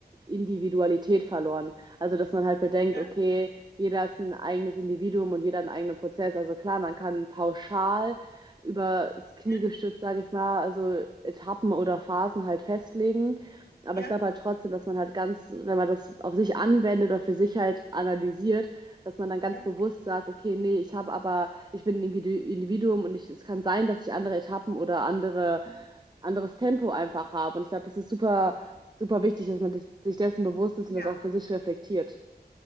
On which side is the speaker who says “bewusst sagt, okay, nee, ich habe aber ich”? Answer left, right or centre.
Right